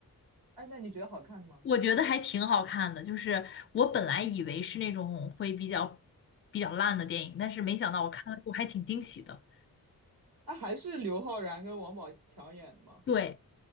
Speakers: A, on the right (about 65°); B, on the left (about 30°).
A: 哎，那你觉得好看吗？
B: 我觉得还挺好看的，就是我本来以为是那种会比较比较烂的电影，但是没想到我看了我还挺惊喜的。
A: 哎，还是刘昊然跟王宝强演的吗？
B: 对